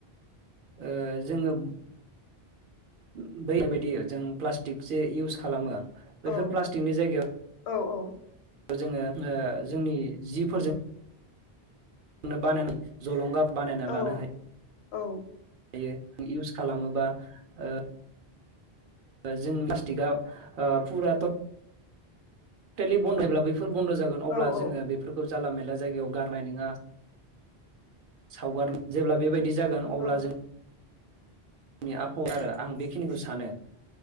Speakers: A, on the right; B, on the left.
A: ओ जोङो <unintelligible> जों प्लास्टिकसो इउस खालामो
B: औ
A: बैफोर प्लास्टिकनि जायगायाव
B: औ औ
A: जोङो ओ जोंनि जिफोरजों नो बानानि जलंगा बानायना
B: औ
A: लानो हाय
B: औ
A: हायो इउस खालामोबा ओ ओ जों प्लास्टिकआ ओ फुरा थ' टेलि बन्द <inaudible> फोर बन्द' जागोन अब्ला
B: औ
A: जोङो बेफोरखौ जाला मेला जायगायाव गारनाय नोङा सावगारनो जेब्ला बेबायदि जागोन अब्ला
B: औ
A: जों नि आखल आरो आं बेखिनिखौ सानो